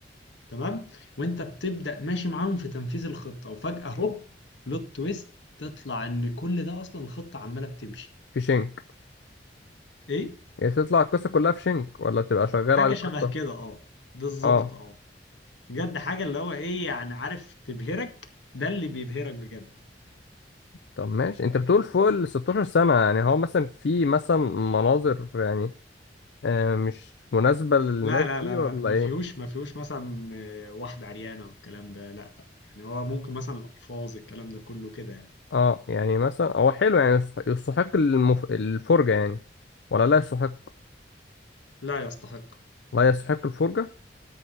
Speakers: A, on the left; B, on the left.
A: تمام وانت بتبدأ ماشي معاهم في تنفيذ الخطة وفجأة هوب بلوت تويست تطلع ان كل ده اصلا الخطة عمالة بتمشي
B: في شنك
A: ايه
B: يعني تطلع القصه كلها في شنك ولا بتبقى شغال
A: حاجة
B: على القصه
A: شبه كده اه بالظبط
B: اه
A: اه بجد حاجة اللي هو ايه يعني عارف تبهرك ده اللي بيبهرك بجد
B: طب ماشي انت بتقول فوق ال 16 سنه يعني هو مثلا في مثلا مناظر يعني آه مش مناسبه للناس
A: لا لا
B: دي
A: لا لا
B: ولا
A: ما
B: ايه
A: فيهوش ما فيهوش مثلا آه، واحدة عريانة والكلام ده لا لا يعني هو ممكن مثلا الألفاظ الكلام ده كله كده يعني
B: اه يعني مثلا هو حلو يعني يستحق يستحق المف... الفرجه يعني ولا لا يستحق
A: لا يستحق
B: لا يستحق الفرجه